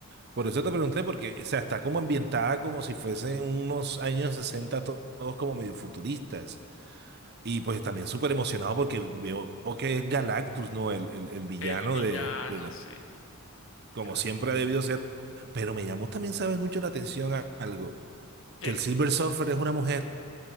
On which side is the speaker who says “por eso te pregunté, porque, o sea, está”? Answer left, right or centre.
Right